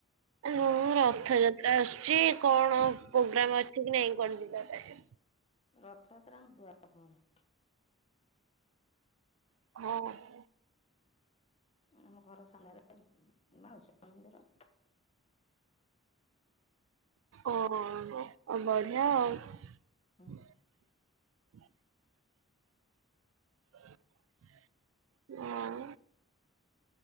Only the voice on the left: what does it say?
ରଥଯାତ୍ରା ଆମ ଦୁଆର ମୁହଁରେ।
ଆମ ଘର ସାମ୍ନାରେ ମାଉସୀ ମା ମନ୍ଦିର।
ହୁଁ